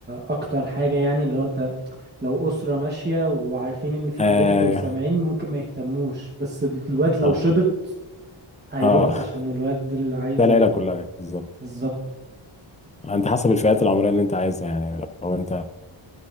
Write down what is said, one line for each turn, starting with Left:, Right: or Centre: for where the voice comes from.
Right: اكتر حاجة يعني اللي هو انت لو اسرة ماشية وعارفين ان في
Left: ايوه
Right: ايفنت وسامعين ممكن ما يهتموش بس الواد لو
Left: اه
Right: شبط هيروحوا
Left: اه
Right: عشان الواد اللي عايز
Left: ده العيله
Right: ي-
Left: كلها كده، بالظبط
Right: بالظبط
Left: انت حسب الفئات العمريه اللي انت عايزها يعني لو انت